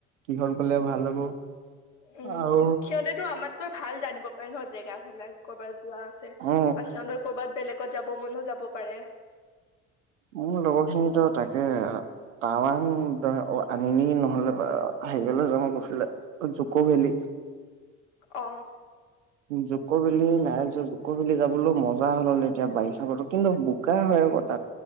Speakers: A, on the right; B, on the left.
A: কিহত গলে ভাল হ'ব
B: উম
A: আৰু
B: খিয়তেতো আমাট- কৈ ভাল জানিব নহয় জেগা ভালাক কৰ'বাত যোৱা আছে
A: অ অ
B: বা সিহঁতৰ ক'ৰবাত বেলেগ ক'ত যাব মনো যাব পাৰে
A: মোৰ লগৰ খিনিতো তাকে টাৱাং আনিনি নহ'লে হেৰিয়লে যাম মই কছিলে জুক ভেলি
B: অ
A: জুক বেলি নাই জুকৰ বেলি যাবলৈ মজা হল হল এতিয়া বাৰিষা বতৰ কিন্তু বোকা হয় আকৌ তাত